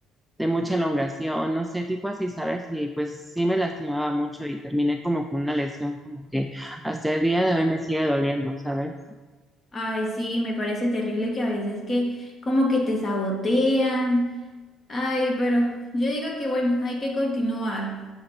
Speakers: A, in the centre; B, on the left.
A: de mucha elongación, no sé, tipo así, ¿sabes? Y pues sí me lastimaba mucho y terminé como con una lesión como que hasta el día de hoy me sigue doliendo, ¿sabes?
B: ay sí, me parece terrible que a veces que como que te sabotean, ay, pero yo digo que bueno, hay que continuar.